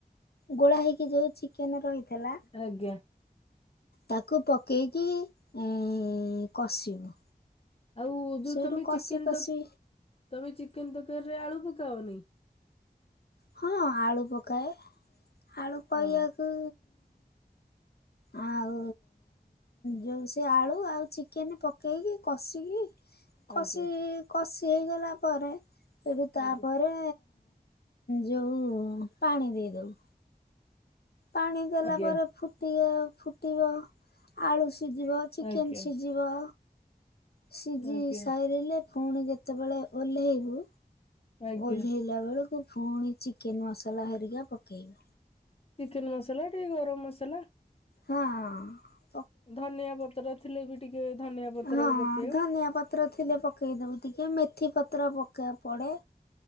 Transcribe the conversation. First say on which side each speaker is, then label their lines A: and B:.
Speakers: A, on the left; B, on the left.
A: ଗୋଳା ହେଇକି ଯୋଉ ଚିକେନ୍ ରହିଥେଲା
B: ଆଜ୍ଞା।
A: ତାକୁ ପକେଇକି ଏଁ କଷିବୁ।
B: ଆଉ ଯୋଉ
A: ସେଇଠୁ
B: ତମେ
A: କଷି
B: ଚିକେନ୍
A: କଷି
B: ତ ତମେ ଚିକେନ୍ ତରକାରୀରେ ଆଳୁ ପକାଅନି?
A: ହଁ ଆଳୁ ପକାଏ, ଆଳୁ କହିଆକୁ
B: ହଁ
A: ଆଉ ଯୋଉ ସେ ଆଳୁ ଆଉ ଚିକେନ୍ ପକେଇକି କଷିକି
B: ଆଜ୍ଞା
A: କଷି, କଷି ହେଇଗଲା ପରେ ସେଠୁ ତାପରେ
B: ଆଜ୍ଞା
A: ଯୋଉ ପାଣି ଦେଇଦବୁ। ପାଣି ଦେଲା
B: ଆଜ୍ଞା
A: ପରେ ଫୁଟିଅ ଫୁଟିବ। ଆଳୁ ସିଜିବ ଚିକେନ୍
B: ଆଜ୍ଞା
A: ସିଜିବ। ସିଜି
B: ଆଜ୍ଞା।
A: ସାରିଲେ ଫୁଣି ଯେତେବେଳେ ଓହ୍ଲେଇବୁ
B: ଆଜ୍ଞା
A: ଓହ୍ଲେଇଲା ବେଳକୁ ଫୁଣି ଚିକେନ୍ ମସଲା ହେରିକା ପକେଇବୁ।
B: ଚିକେନ୍ ମସଲା ଟିକେ ଗରମ୍ ମସଲା
A: ହଁ-ହଁ।
B: ଧନିଆ ପତ୍ର ଥିଲେ ବି ଟିକେ ଧନିଆ ପତ୍ର
A: ହଁ
B: ବି ପକେଇବ।
A: ଧନିଆ ପତ୍ର ଥିଲେ ପକେଇଦବୁ ଟିକେ ମେଥି ପତ୍ର ପକେଇବା ପଡେ।